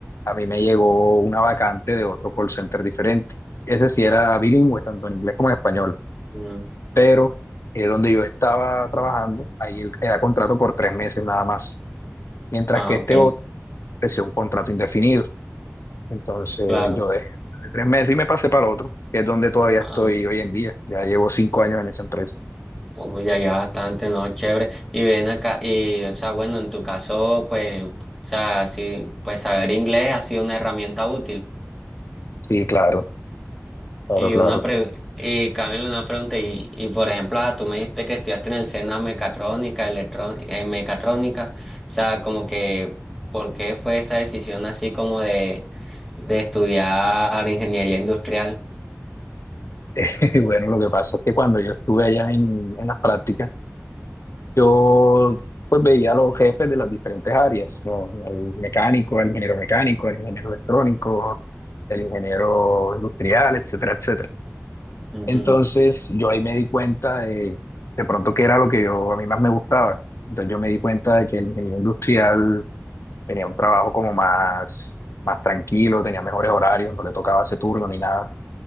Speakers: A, on the left; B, in the centre.
A: a mí me llegó una vacante de otro call center diferente. Ese sí era bilingüe, tanto en inglés como en español,
B: Mm,
A: pero eh, donde yo estaba trabajando, ahí el- era contrato por tres meses nada más, mientras
B: ah,
A: que este
B: ok,
A: otro ofreció un contrato indefinido. Entonces,
B: claro.
A: yo dejé de tres meses y me pasé para el otro, que es donde todavía
B: Ah,
A: estoy hoy en día. Ya llevo cinco años en esa empresa.
B: uy, ya, ya bastante, no, chévere. Y ven acá, y, o sea, bueno, en tu caso, pues, o sea, sí, pues saber inglés ha sido una herramienta útil.
A: Sí, claro, claro,
B: Y
A: claro.
B: una pre y Camilo una pregunta, y, y por ejemplo, ah, tú me dijiste que estudiaste en el SENA mecatrónica, electrónica, eh, mecatrónica, o sea, como que, ¿por qué fue esa decisión así como de, de estudiar ingeniería industrial?
A: <laughs> Bueno, lo que pasa es que cuando yo estuve allá en, en las prácticas, yo pues veía a los jefes de las diferentes áreas, ¿no? Al mecánico, al ingeniero mecánico, al ingeniero electrónico, el ingeniero industrial, etcétera, etcétera.
B: Ujú.
A: Entonces yo ahí me di cuenta de de pronto que era lo que yo a mí más me gustaba. Entonces yo me di cuenta de que el ingeniero industrial tenía un trabajo como más, más tranquilo, tenía mejores horarios, no le tocaba ese turno ni nada.